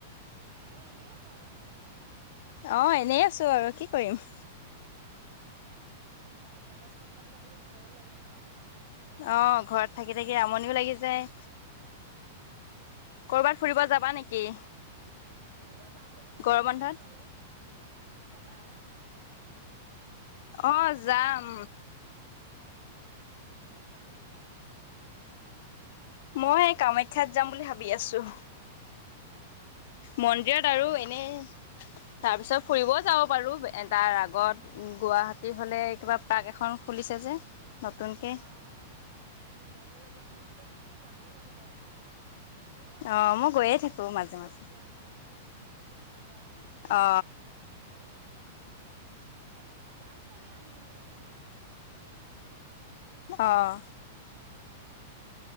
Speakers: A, on the right; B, on the left.
A: অ এতিয়া এনেই আছো আৰু ঘৰতে
B: অ এনেই আছো আৰু কি কৰিম।
A: অহ কি কৰিবা আৰু কলেজ নহলে মানে বহুত বৰ লাগে ন।
B: অ ঘৰত থাকি থাকি আমনিও লাগি যায়।
A: উম,
B: কৰবাত ফুৰিব যাবা নেকি?
A: ফুৰিব যাম বুলিতো
B: গৰম
A: ভাবিছো
B: বন্ধত?
A: বাৰু তুমি যাবা।
B: অহ যাম
A: ক'ত যোৱা প্লেনিং কৰিছা?
B: মই কামাখ্যাত যাম বুলি ভাবি আছোঁ।
A: আচ্ছা।
B: মন্দিৰত আৰু এনেই তাৰ পিছত ফুৰিবও যাব পাৰো তাৰ আগত উম গুৱাহাটী হলে কিবা পাৰ্ক এখন খুলিছে যে নতুনকে
A: অ উম যাব লাগে মন্দিৰততো এনেও যাবই লাগে বাৰু আমিও
B: অ
A: যোৱা প্লেনিং
B: মই গৈয়ে
A: কৰি
B: থাকো
A: আছিলো
B: মাজে
A: কিন্তু
B: মাজে
A: যোৱা নহল এই বাৰ মানে
B: অ
A: অম্বুবাচী মেলাত তাৰপা যাম চাগে আমিও মানে কেইদমান পাছত
B: অহ
A: উম